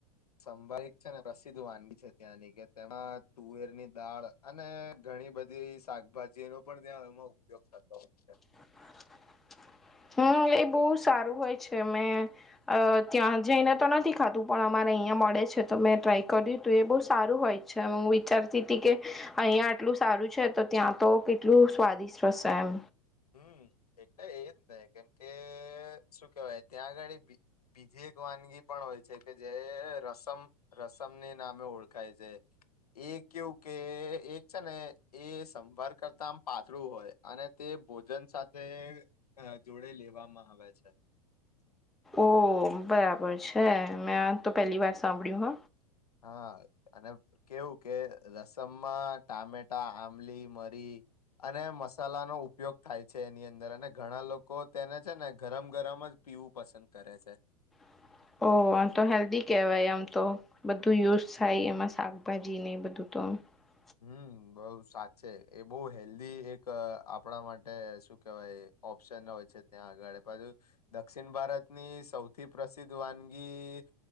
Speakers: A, on the left; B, in the centre.
A: સંભયિક છે ને પ્રસિદ્ધ વાનગી છે ત્યાંની કે તેમાં તુવેરની દાળ અને ઘણી બધી શાકભાજી નો પણ ત્યાં એમાં ઉપયોગ થતો હોય છે
B: <inaudible> હ એ બઉ સારું હોય છે મે ત્યાં જઈને તો નથી ખાધું પણ અમારે અહિયાં મળ ળે છે તો મે ટ્રાય કર્યું તું એ બ સારું હોય છે હ વિચારતી કે અહિયાં આટલું સારું છે તો ત્યાં તો કેટલું સ્વાદિષ્ટ હશે એમ
A: હમ એટલે એ જ ને કેમ કે શું કેવાય ત્યાં આગાળી બીજે વાનગી પણ હોય છે કે જે રસમ રસમની નામે ઓળખાય છે એ કેવું કે એક છે ને એ સંભાર કરતા આમ પાતળું હોય અને તે ભોજન સાથે જોડે લેવામાં આવે છે
B: ઓ બરાબર છે મેં તો પહેલી વાર સાંભળ્યું હ
A: હા અને કેવું કે રસમમાં ટામેટા આંમલી મરી અને મસાલાનો ઉપયોગ થાય છે એની અંદર અને ઘણા લોકો તેને છે ને ગરમ ગરમ જ પીવું પસંદ કરે છે
B: <inaudible> ઓ આમ તો હેલ્ધી કેવાય આમ તો બધું યુઝ થાય એમાં શાકભાજી ને એ બધું તુ <unintelligible>
A: હમ, બઉ સાચે, એ બઉ હેલ્ધી એક આપણા માટે શું કેવાય ઓપ્શન હોય છે, ત્યાં આગળ પાછું દક્ષિણ ભારતની સૌથી પ્રસિદ્ધ વાનગી.